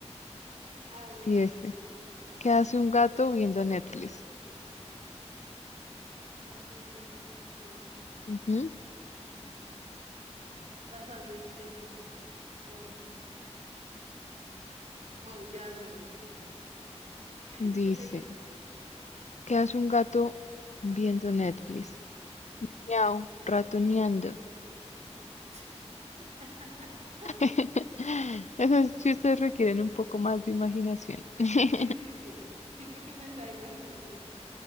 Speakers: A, on the right; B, on the left.
A: A ver,
B: Y este, ¿qué hace un gato viendo Netflix?
A: ¿qué es un gato viendo Netflix?
B: Ujú.
A: Eh, mm, pasando el tiempo o maullando. <laughs>
B: Dice,
A: ¿Qué le dijo?
B: ¿qué hace un gato viendo Netflix?
A: Ujú.
B: Miau, ratoneando.
A: <laughs> <laughs>
B: <laughs> Esos chistes requieren un poco más de imaginación. <laughs>
A: Sí, sí, sí. Sí, porque me estaba imaginando